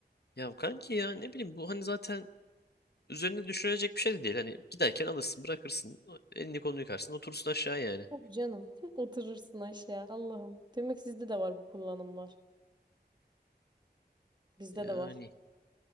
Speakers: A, on the left; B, on the right.
A: Ya kanki ya ne bileyim bu hani zaten üzerine düşünülecek bir şey de değil. Hani giderken alırsın bırakırsın. Elini kolunu yıkarsın oturursun aşağı yani.
B: Tabii canım. <laughs> Oturursun aşağı. Allah'ım. Demek sizde de var bu kullanımlar. Bizde
A: Yani.
B: de var.